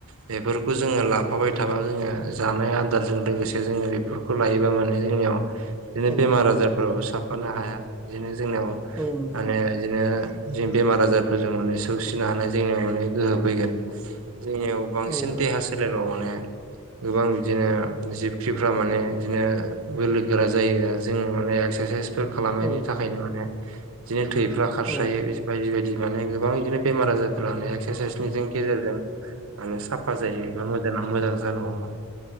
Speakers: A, on the right; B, in the centre.
A: बेफोरखौ जोङो लाफाबाय थाबा जोङो जानाय आ आदारजों लोगोसे जोङो बेफोरखौ लायोबा माने जोंनियाव बिदिनो
B: औ
A: बेमार आजारफ्राबो साफ फानो हाया बिदिनो जोंनियाव
B: औ नंगौ
A: माने
B: नोंथां
A: बिदिनो जों बेमार आजारफोरजों माने सौसिनो हानाय जोंनियाव माने गोहो फैगोन जोंनियाव बांसिन
B: औ
A: देहा
B: औ
A: सोलेराव माने गोबां बिदिनो जिबखिफ्रा माने बिदिनो बोलो गोरा जायो जोङो माने एक्सारसाइस खालामनायनि
B: औ
A: थाखायनो माने बिदिनो थैफ्रा खारस्रायो
B: औ
A: बायदि बायदि माने गोबां बिदिनो बेमार आजारफोर मान एक्सारसाइसनिजों गेजेरजों माने साफ जायो एबा मोजाङा मोजां जानो हमो